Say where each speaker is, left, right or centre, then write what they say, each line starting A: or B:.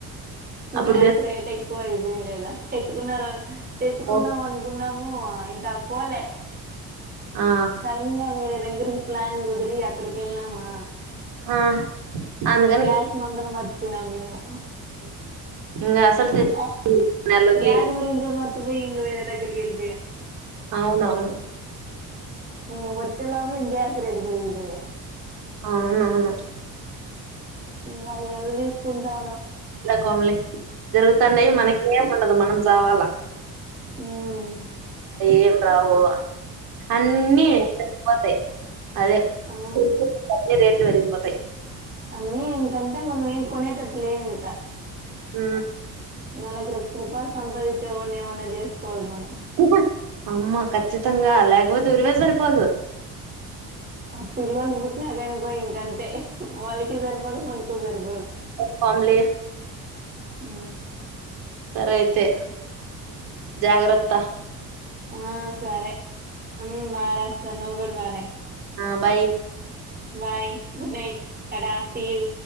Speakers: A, on the right; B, on the right.
A: అప్పుడు
B: గ్యాస్ రేట్ ఎక్కువ అయిపోయిన లేదా ఎత్తుకున్నారు తెచ్చుకున్నాం
A: చేస్కో
B: అనుకున్నాం ఊ ఇంకా పోలే
A: ఆ
B: సరన్ గా వేరే దగ్గరికి ప్లాన్ కుదిరి అక్కడికి వెళ్ళనామా
A: ఆ అందుకని
B: ఇంకా గ్యాస్ మందలం మరిచిపోయినాం మేము
A: ఇంగ అసలు తె
B: గ
A: నెలుంది
B: గ్యాస్
A: ఇంగ
B: గురించ మరి హింగ్ వేర దగ్గరికి వెళ్పి
A: అవునవును
B: ఇంగ వచ్చలోపోలా గ్యాస్ రేట్ పెరిగిపోయా
A: అనఅవును
B: ఇంగ అది ఎంత తీసుకుంటారో
A: కంలే జరుగుతండయి మనకేం ఉండదు మనం రవాాల
B: మ్
A: ఏం రావు అన్నీ సరిపోతాయి అదే
B: ఆ!
A: ట్లు పెరిగిపోతయి
B: అన్నీ ఇంకంతే మనం ఏం కొనేటట్టులేవ్ ఇంకా
A: హు
B: నెలకు లక్ష రూపాయలు సంపాదించే వాన్ని ఏవన్నా చేసుకోవాలి మనం
A: హ అమ్మ ఖచ్చితంగా లేకపోతే ఉరివే సరిపోదు.
B: ఆ పిల్లలు పుట్ ట్టిన గన్కొ ఇంగంతే వాళ్ళకి సరిపోదు మన్ కుసరిపో
A: పంలే
B: హు
A: సరే అయితే జాగ్రత్త.
B: ఆ సరే ఉ బా రాస్తా నువ్వు కూడా బా రై
A: ఆ bye
B: bye good night. Tata see you.